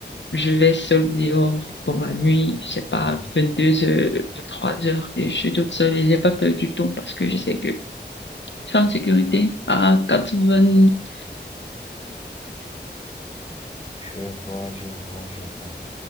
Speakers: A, on the left; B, on the left.
A: je vais seule dehors dans la nuit, je sais pas,
B: Mhm.
A: 22 heures, 23 heures, et je suis toute seule et j'ai pas peur du tout parce que je sais que je suis en sécurité à 98%.
B: Je vois, je vois, je vois.